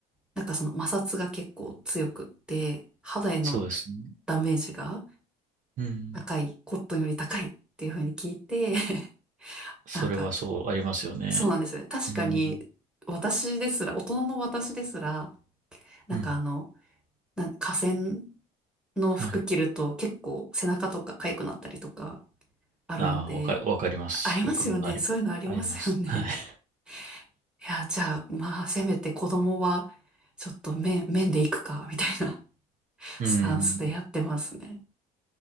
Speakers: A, in the centre; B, on the right.
A: なんかその摩擦が結構強くって、肌への
B: そうですね。
A: ダメージが
B: うん。
A: 高い、コットンより高いっていうふうに聞いて、<laughs>
B: それはそうありますよね。
A: なんか、そうなんですよね。確かに、
B: うん。
A: 私ですら、大人の私ですら、なんかあの、
B: うん。
A: なんか河川の服着ると結構背中とか痒くなったりとか
B: はい。
A: あるので、
B: ああ、わか、わかります。
A: ありますよね。
B: 僕もなり、
A: そういうのありますよね。
B: あります。はい。
A: <laughs> いや、じゃあ、まあ、せめて子供は、ちょっと面、面で行くか、みたいな <laughs>
B: <laughs> うん。
A: スタンスでやってますね。